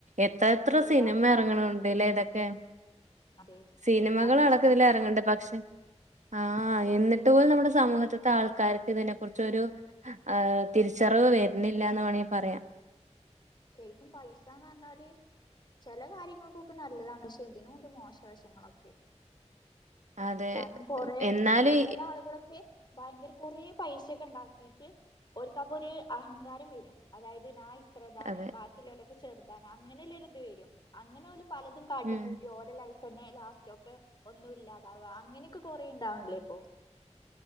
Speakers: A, on the right; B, on the left.
A: എത്ര എത്ര
B: എല്ലാതും
A: സിനിമ
B: ബിസിനസ്
A: ഇറങ്ങണണ്ട്ല്ലേ ഇതൊക്കെ
B: അതെ
A: സിനിമകള
B: എല്ലാതും ബിസിനസാണ്
A: അടക്ക ഇതില് ഇറങ്ങ്ണ്ട്
B: ഇപ്പോ
A: പക്ഷെ ആഹ് എന്നിട്ട് പോലും നമ്മുടെ സമൂഹത്തിത്തെ ആൾക്കാർക്ക് ഇതിനെ കുറിച്ചൊരു ആ തിരിച്ചറിവ് വരുന്നില്ല എന്ന് വേണമെങ്കിൽ പറയാം
B: ശരിക്കും പയിസാന്നറഞ്ഞാല് ചെലെ കാര്യങ്ങൾക്കൊക്കെ നല്ലതാണ് പക്ഷേ ഇതിനുണ്ട് മോശവശങ്ങളൊക്കെ
A: അതെ
B: കാരണം കൊറെ
A: എന്നാല്
B: ചെല ആളുകളൊക്കെ ഭയങ്കര കൊറെ പൈസൊക്കെ ഇണ്ടാക്കിട്ട് ഒര് ക്കപ്പൊര് അഹങ്കാരം വരും അതായത് നായ് ഇ ത്രതാണ്
A: അതെ
B: ബാക്കിയുള്ളലൊക്കെ ചെറുതാണ് അങ്ങനെല്ലരുത് വരും അങ്ങനോല് പലതും കാട്ടിക്കൂട്ടി
A: ഉം
B: ഓ ലൈഫന്നെ ലാസ്റ്റ് ഒക്കെ ഒന്നും ഇല്ലാതാവ അങ്ങനൊക്കെ കൊറേ ഇണ്ടാവണില്ലേ ഇപ്പോ